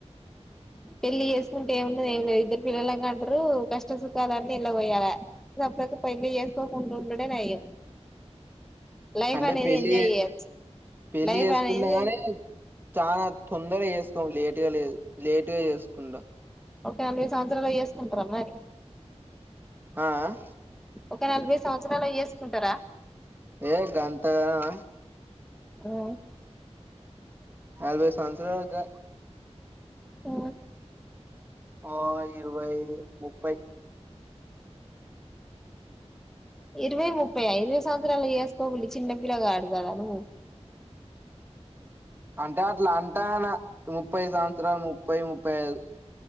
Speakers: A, in the centre; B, on the right.
A: పెళ్లి చేసుకుంటే ఏముంది ఏం లేదు ఇద్దరు పిల్లలని కంటరు కష్ట సుఖాలన్నీ ఇళ్ల పోయాల <unintelligible> కాక పెళ్లి చేసుకోకుండా ఉండుడే నయం లైఫ్
B: అంటే
A: అనేది
B: పెళ్లి
A: ఎంజాయ్ చేయొచ్చు
B: పెళ్లి
A: లైఫ్
B: చేసుకున్నా
A: అనేది
B: కానీ చాన తొందరగా చేసుకోం లేటు గా లే లేటుగా చేసుకుండు
A: ఒక నలభై సంవత్సరాలలో జేసుకుంటరా మరి
B: ఆ ఆ
A: ఒక నలభై సంవత్సరాలకు జేసుకుంటరా
B: ఏ గంత గణమ
A: ఊ
B: నలభై సంవత్సరాల్ గా
A: ఊ
B: ఓ ఇరవై ముప్పై
A: ఇరవై ముప్పై ఇరవై సంవత్సరాలకు చేసుకోకులి చిన్నపిల్లగాడు కదా నువ్వు
B: అంటే అట్లా అంటాన ముప్పై సంవత్సరాలు ముప్పై ముప్పై ఐదు